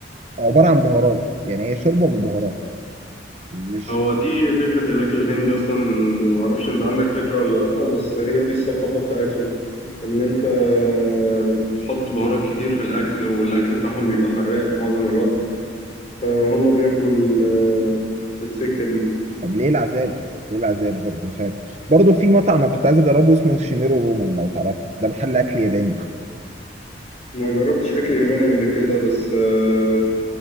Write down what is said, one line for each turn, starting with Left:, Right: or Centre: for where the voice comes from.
Right: عبارة عن بهارات يعني هي شوربة بالبهارات مش
Left: هو دي فكرة الأكل الهندي أصلا معرفش أنت عندك فكرة ولا لأ بس هي دي الثقافة بتاعتهم إن أنت بتحط بهارات كتير في الأكل والأكل بتاعهم بيبقى حراق معظم الوقت فهم بياخدوا ال- السكة دي
Right: طب ليه العذاب؟ ليه العذاب برضه مش عارف برضه في مطعم أنا كنت عايز أجربه اسمه شيميرو رومان لو تعرفه ده محل أكل ياباني
Left: ما جربتش أكل ياباني قبل كده بس آه،